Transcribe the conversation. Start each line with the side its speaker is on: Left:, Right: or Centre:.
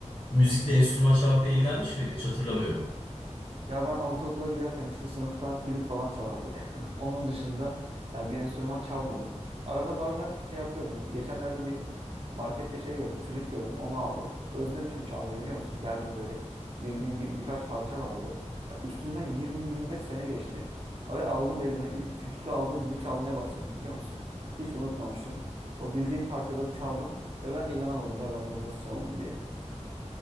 Left: Müzikle enstrüman çalmakla ilgilenmiş miydin? Hiç hatırlamıyorum.
Right: Ya ben ortaokula giderken işte sınıfta flüt falan çalardık. <laughs> Onun dışında ya bir enstrüman çalmadım. Arada bazen şey yapıyorum. Geçenlerde bir markette şey gördüm. Flüt gördüm. Onu aldım. Özlemişim çalmayı biliyor musun? Geldim böyle bildiğim gibi birkaç parça vardı. Ya üstünden 20-25 sene geçti. Ve aldım elime ü- flütü aldığım gibi çalmaya başladım biliyor musun? Hiç unutmamışım. O bildiğim parçaları çaldım ve ben de inanamadım ya ben bunları nasıl çaldım diye.